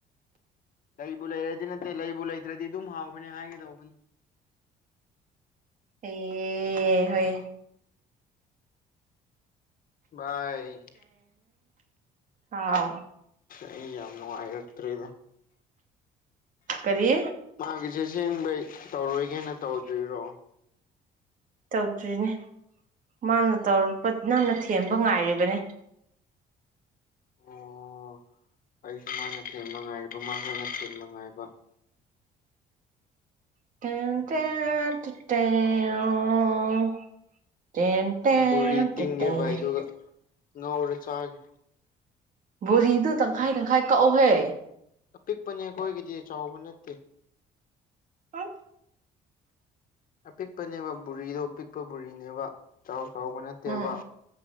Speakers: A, on the left (about 55°); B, on the right (about 50°).
A: ꯂꯩꯕꯨ ꯂꯩꯔꯗꯤ ꯅꯠꯇꯦ ꯂꯩꯕꯨ ꯂꯩꯇ꯭ꯔꯥꯗꯤ ꯑꯗꯨꯝ ꯍꯥꯎꯕꯅꯤ ꯍꯥꯏꯒꯦ ꯇꯧꯕꯅꯦ
B: ꯑꯦ ꯍꯣꯏ
A: ꯚꯥꯏ
B: ꯍꯥꯎ
A: ꯑꯩ ꯌꯥꯝ ꯅꯨꯡꯉꯥꯏꯔꯛꯇ꯭ꯔꯦꯗ
B: ꯀꯔꯤ
A: ꯃꯥꯒꯤꯁꯦ ꯁꯦꯡꯕꯩ ꯇꯧꯔꯣꯏꯒꯦꯅ ꯇꯧꯗ꯭ꯔꯤꯔꯣ
B: ꯇꯧꯗ꯭ꯔꯤꯅꯦ ꯃꯥꯅ ꯇꯧꯔꯛꯄ ꯅꯪꯅ ꯊꯦꯝꯕ ꯉꯥꯏꯔꯤꯕꯅꯦ
A: ꯑꯣ ꯑꯩꯁꯨ ꯃꯥꯅ ꯊꯦꯡꯕ ꯉꯥꯏꯔꯤꯕ ꯃꯥꯁꯨ ꯑꯩꯅ ꯊꯦꯝꯕ ꯉꯥꯏꯕ
B: <unintelligible>
A: ꯕꯣꯔꯤ ꯇꯤꯡꯒꯦ
B: ꯇꯦꯠ ꯇꯦꯟ
A: ꯚꯥꯏ ꯑꯗꯨꯒ ꯉꯧꯔꯥ ꯆꯥꯒꯦ
B: ꯕꯣꯔꯤꯗꯨ ꯇꯪꯈꯥꯏ ꯇꯪꯈꯥꯏ ꯀꯛꯎꯍꯦ
A: ꯑꯄꯤꯛꯄꯅꯦ ꯑꯈꯣꯏꯒꯤꯗꯤ ꯆꯥꯎꯕ ꯅꯠꯇꯦ
B: ꯍꯥ
A: ꯑꯄꯤꯛꯄꯅꯦꯕ ꯕꯣꯔꯤꯗꯣ ꯑꯄꯤꯛꯄ ꯕꯣꯔꯤꯅꯦꯕ ꯆꯥꯎ ꯆꯥꯎꯕ ꯅꯠ ꯇꯦꯕ
B: ꯎꯝ